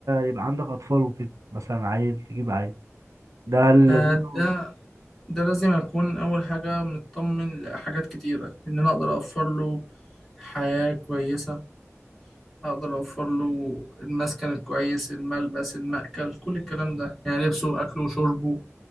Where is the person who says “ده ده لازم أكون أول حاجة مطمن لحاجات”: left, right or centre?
Centre